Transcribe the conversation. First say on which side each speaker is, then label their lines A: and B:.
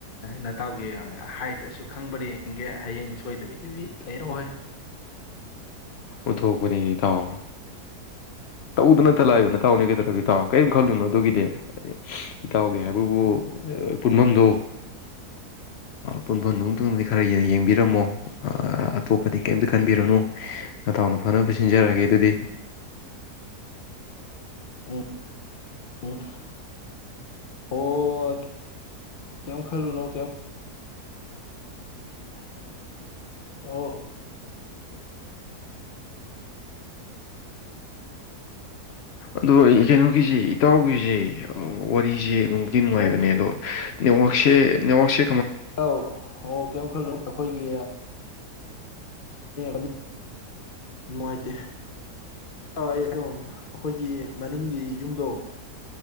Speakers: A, on the left; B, on the left.
A: ꯅꯇꯥꯎꯒꯤ ꯍꯥꯏꯗ꯭ꯔꯁꯨ ꯈꯪꯕꯅꯤ ꯌꯦꯒꯦ ꯍꯌꯦꯡ ꯁꯣꯏꯗꯕꯤ ꯄꯤꯕꯤ ꯂꯩꯔꯛꯍꯣꯏ
B: ꯎꯠꯊꯣꯛꯄꯅꯦ ꯏꯇꯥꯎ ꯇꯧꯗ ꯅꯠꯇ ꯂꯥꯛꯏꯕ ꯅꯇꯥꯎꯅꯤ ꯀꯩꯗꯧꯔꯒꯦ ꯇꯥꯎ ꯀꯔꯤꯝ ꯈꯜꯂꯨꯅꯣ ꯑꯗꯨꯒꯤꯗꯤ ꯏꯇꯥꯎꯒꯤ ꯍꯥꯏꯕꯕꯨ ꯄꯨꯟꯕꯝꯗꯣ ꯄꯨꯟꯐꯝꯗꯨꯗꯤ ꯈꯔ ꯌꯦꯡ ꯌꯦꯡꯕꯤꯔꯝꯃꯣ ꯑꯇꯣꯞꯄꯗꯤ ꯀꯩꯝꯇ ꯈꯟꯕꯤꯔꯨꯅꯨ ꯅꯇꯥꯎꯅ ꯐꯅꯕ ꯁꯤꯟꯖꯔꯛꯑꯒꯦ ꯑꯗꯨꯗꯤ
A: ꯎꯝ ꯎꯝ ꯑꯣ ꯀꯩꯝ ꯈꯜꯂꯨꯅꯨ ꯀꯩꯝ ꯑꯣ <inaudible>
B: ꯑꯗꯣ ꯑꯩ ꯀꯩꯅꯣꯒꯤꯁꯦ ꯏꯇꯥꯎꯒꯤꯁꯦ ꯋꯥꯔꯤꯁꯦ ꯅꯨꯡꯕꯨꯗꯤ ꯅꯨꯡꯉꯥꯏꯕꯅꯦ
A: ꯑꯣ
B: ꯑꯗꯣ ꯅꯦꯋꯥꯛꯁꯦ ꯅꯦꯋꯥꯛꯁꯦ
A: ꯇꯥꯎ ꯑꯣ ꯀꯩꯝ ꯈꯜꯂꯨ ꯑꯩꯈꯣꯏꯒꯤ <unintelligible> ꯃꯨꯋꯥꯏꯇꯦ ꯑꯥ ꯑꯩ ꯑꯗꯨꯝ ꯑꯩꯈꯣꯏꯒꯤ ꯃꯅꯤꯡꯒꯤ ꯌꯨꯝꯗꯣ